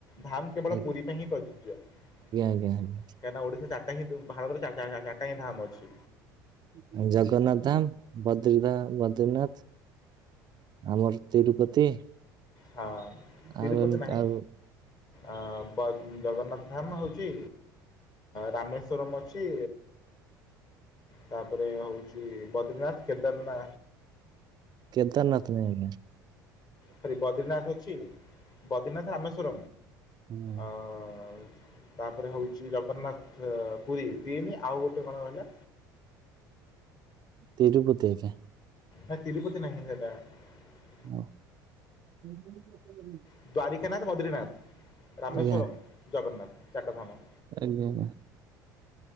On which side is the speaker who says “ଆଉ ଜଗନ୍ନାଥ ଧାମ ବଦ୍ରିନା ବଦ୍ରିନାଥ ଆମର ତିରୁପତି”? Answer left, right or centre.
Right